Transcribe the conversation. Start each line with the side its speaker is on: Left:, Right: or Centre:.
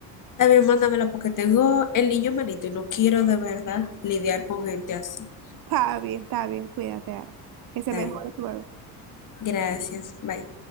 Left: también mándamela porque tengo el niño malito y no quiero de verdad lidiar con gente así.
Right: Está bien, está bien, cuídate, Ara, que se
Left: Está
Right: mejore
Left: bien.
Right: tu bebé.
Left: Gracias. Bye.